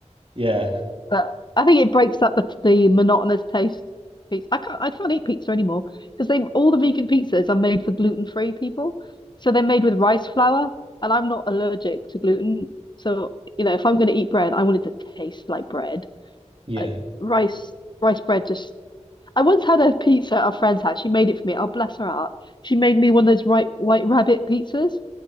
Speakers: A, on the right; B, on the left.
A: Yeah,
B: but I think it breaks up the the monotonous taste of pizza. I can't I can't eat pizza anymore because they all the vegan pizzas are made for gluten-free people, so they're made with rice flour, and I'm not allergic to gluten. So you know, if I'm going to eat bread, I want it to taste like bread.
A: <laughs> yeah.
B: Uh, rice rice bread just. I once had a pizza at a friend's house. She made it for me. Oh, bless her heart. She made me one of those right white rabbit pizzas